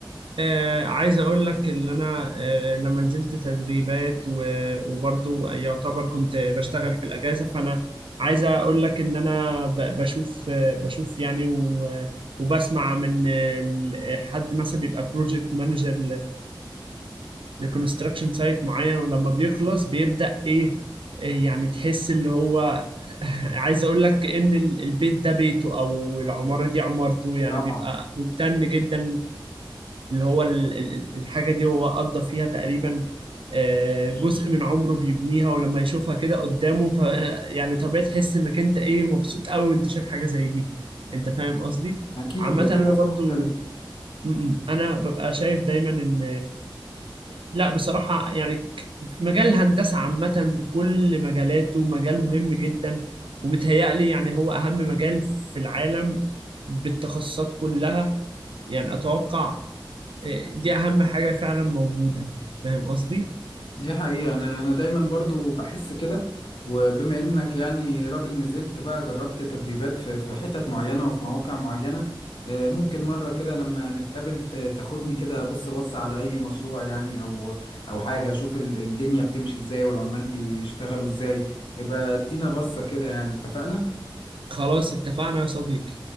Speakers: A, on the right; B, on the left.
A: آه، عايز اقول لك ان انا آه، لما نزلت تدريبات و- وبرضو يعتبر كنت بشتغل في الاجازه فانا عايز اقول لك ان انا ب- بشوف آه، بشوف يعني و- وبسمع من آه، ال- حد مثلا بيبقى بروجكت مانجر لكونستراكشن سايت معين ولما بيخلص بيبدأ ايه إيه يعني تحس اللي هو <laughs> عايز اقول لك ان ال- البيت ده بيته او العمارة دي عمارته يعني
B: طبعا
A: بيبقى ممتن جدا اللي هو ال- ال- ال- الحاجة دي هو قضى فيها تقريبا آه، جزء من عمره بيبنيها ولما يشوفها كده قدامه ف <laughs> يعني طبيعي تحس انك انت ايه مبسوط قوي وانت شايف حاجة زي دي انت فاهم قصدي
B: اكيد
A: عامة
B: اكيد
A: انا
B: احساس
A: برضو
B: مختلف
A: م- م. انا ببقى شايف دايما ان لا بصراحة يعني مجال الهندسة عامة بكل مجالاته مجال مهم جدا ومتهيألي يعني هو أهم مجال في العالم بالتخصصات كلها يعني أتوقع آه، دي أهم حاجة فعلا موجودة فاهم قصدي؟
B: دي حقيقه انا انا دايما برضو بحس كده وبما انك يعني راجل نزلت بقى جربت تدريبات في في حتت معينه وفي مواقع معينه آه، ممكن مره كده لما نتقابل ت- تاخدني كده ابص بص على اي مشروع يعني او او حاجه اشوف ال- الدنيا بتمشي ازاي والعمال بيشتغلوا ازاي يبقى ادينا بصه كده يعني اتفقنا
A: خلاص اتفقنا يا صديقي